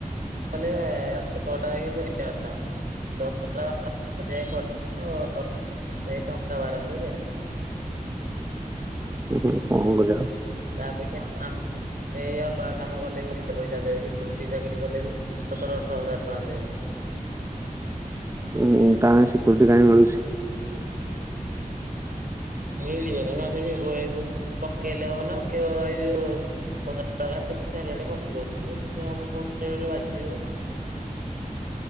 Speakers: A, on the right; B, on the right.
A: ହେଲେ ଆ ଛଅଟା ଏକେ <unintelligible> କଥା। ଦଶ <unintelligible> ଆ ଦେଇ ଖର୍ଚ୍ଚ ହେଇଯିବ। ଏଇ ଟଙ୍କା ବାର ହଜାରେ।
B: ହୁଁ ହୁଁ କଁ କରିବା ଆଉ
A: ତାପେକ୍ଷା ଆମ୍ ଏଇ ଅଲଗା କାମ କଲେ ବି ଅଧିକ ପଇସା ଦେବେ ସିକୁରୁଟି ଚାକିରି କଲେ ବି ସତର ଅଠର ହଜାର ଟଙ୍କା ଦେବେ।
B: ଉଁ କାଇଁ ସିକ୍ୟୁରୁଟି କାଇଁ ମିଳୁଛି?
A: <inaudible> ମିଳିବେନି ନା <unintelligible> ପକେଇଲେ ହବ ନା ଆଉ କେୱାଇ ଯୋଉ <unintelligible> ଚାରିଆଡେ ପକୋଉଥୁଲେ ଜବ କୋଉଠି ଗୋଟେ ବାଜିଯିବ।